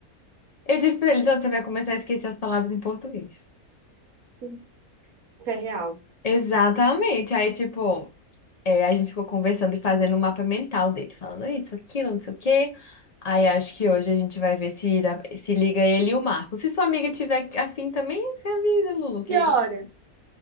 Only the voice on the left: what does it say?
Eu disse pra ele, então você vai começar a esquecer as palavras em português.
Exatamente. Aí, tipo, é, a gente ficou conversando e fazendo um mapa mental dele, falando isso, aquilo, não sei o quê. Aí acho que hoje a gente vai ver se, dá- se liga ele e o Marco. Se sua amiga tiver afim também, você avisa, Lulu, que